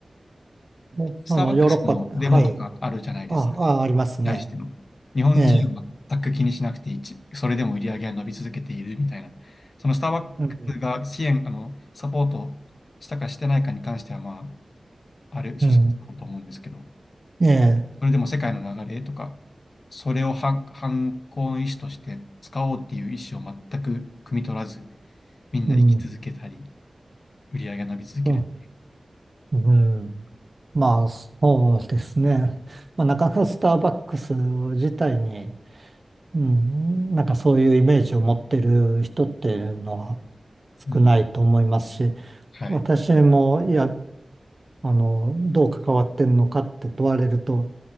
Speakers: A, on the right (about 40°); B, on the left (about 60°).
A: でそのヨーロッパって、
B: スターバックスのデモとかあるじゃないですか。
A: はい。あ、あ、ありますね。
B: 対しての。日本人は全く気にしなくていいち、
A: ええ、
B: それでも売り上げは伸び続けているみたいな。そのスターバックスが支援、
A: うん、
B: あの、サポートしたかしてないかに関しては、まあ、ある諸説あると思うんですけど、
A: うん、ええ、
B: それでも世界の流れとか、それを反、反抗の意思として使おうっていう意思を全く汲み取らず、みんな生き続けたり、
A: うん、
B: 売り上げが伸び続ける。
A: あうん。まあ、そうですね。まあ、なかなかスターバックス自体に、うん、なんかそういうイメージを持ってる人っていうのは
B: うん。
A: 少ないと思いますし、
B: はい。
A: 私も、いや、あの、どう関わってんのかって問われると、